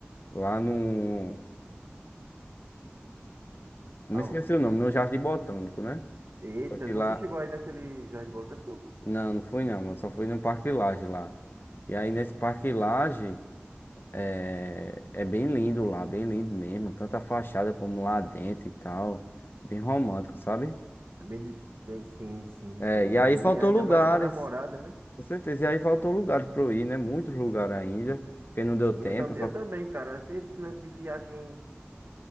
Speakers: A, on the left (about 60°); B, on the right (about 75°).
A: lá no,
B: Aonde?
A: Me esqueci o nome, no Jardim Botânico, né?
B: Eita,
A: Só que
B: você
A: lá.
B: chegou aí daquele Jardim Botânico?
A: Não, não fui não, mano. só fui no Parque Lage lá. E aí nesse Parque Lage é, é bem lindo lá, bem lindo mesmo. Tanto a fachada como lá dentro e tal. Bem romântico, sabe?
B: É Bem, de- bem, sim, sim,
A: É,
B: sim.
A: e aí
B: Aí
A: faltou
B: ainda
A: lugares,
B: mais com a namorada, né?
A: com certeza. E aí faltou lugares pra eu ir, né? Muitos lugares ainda, porque não deu
B: Sim,
A: tempo.
B: eu, tam,
A: Só...
B: eu também, cara. Esse, esse lance de viagem,